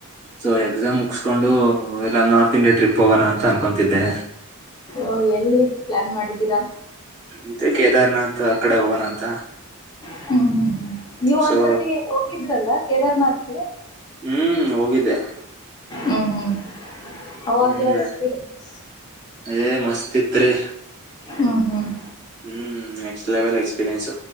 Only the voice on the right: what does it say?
ಸೊ ಎಕ್ಸಾಮ್ ಮುಗಸ್ಕೊಂಡು ಎಲ್ಲ ನಾರ್ತ್ ಇಂಡಿಯಾ ಟ್ರಿಪ್ ಹೋಗನ ಅಂತ್ ಅನ್ಕೊತಿದ್ದೆ.
ಇದೆ ಕೇದಾರ್ನಾಥ್ ಆ ಕಡೆ ಹೋಗಣ ಅಂತ.
ಸೊ
ಹ್ಮ್ ಹೋಗಿದ್ದೆ.
ಹ್ಮ್
ಏ ಮಸ್ತ್ ಇತ್ರಿ
ಹ್ಮ್ ನೆಕ್ಸ್ಟ್ ಲೆವೆಲ್ ಎಕ್ಪೀರಿಯನ್ಸ್